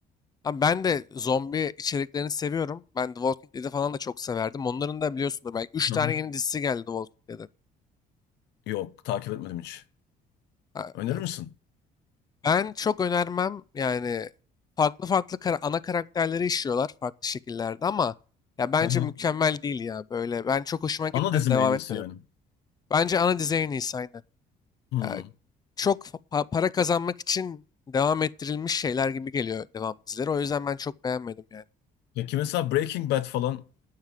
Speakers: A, on the left (about 25°); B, on the left (about 85°).
A: Abi ben de zombi içeriklerini seviyorum. Ben The Walking Dead'i falan da çok severdim. Onların da biliyorsunuz belki üç
B: Hı
A: tane
B: hı.
A: yeni dizisi geldi The Walking Dead'in.
B: Yok, takip etmedim hiç.
A: Ha,
B: Önerir
A: e,
B: misin?
A: Ben çok önermem yani farklı farklı kara- ana karakterleri işliyorlar farklı şekillerde ama ya bence
B: Hı hı.
A: mükemmel değil ya böyle. Ben çok hoşuma gitmedi
B: Ana dizim
A: devam
B: en iyisi
A: etmedim.
B: yani.
A: Bence ana dizi en iyisi aynen.
B: Hmm.
A: Ya çok fa- pa- para kazanmak için devam ettirilmiş şeyler gibi geliyor devam dizileri. O yüzden ben çok beğenmedim yani.
B: Ya ki mesela Breaking Bad falan